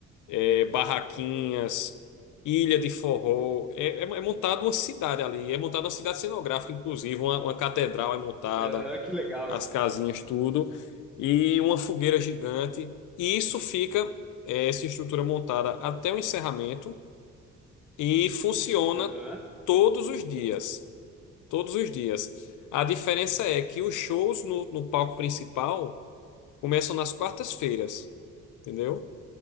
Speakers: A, on the left (about 80°); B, in the centre.
A: eh, barraquinhas, ilha de forró, é, é, é montada uma cidade ali, é montada uma cidade cenográfica, inclusive uma, uma catedral é montada,
B: aham, que legal,
A: as
B: velho.
A: casinhas tudo e uma fogueira gigante. E isso fica eh, essa estrutura montada até o encerramento. E funciona
B: aham.
A: todos os dias. Todos os dias. A diferença é que os shows no, no palco principal começam nas quartas-feiras, entendeu?